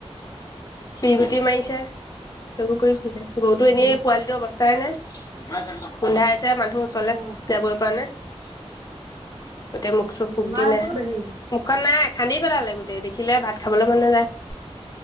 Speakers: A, on the left (about 35°); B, on the right (about 70°).
A: শিলগুটি মাৰিছে। সেইবোৰ কৰি ফুৰিছে। গৰুটো এনেই
B: অ
A: পোৱালিটো অৱস্থাই নাই। গোন্ধাই মানুহ ওচৰলে
B: অ
A: যাবই পৰা নাই গোটেই মুখ চুখ ফুক
B: মাৰটো
A: দি নাই
B: হেৰি
A: মুখা নাই খান্দি পেলালে গোটেই দেখিলে ভাত খাবলে মন নাযায়।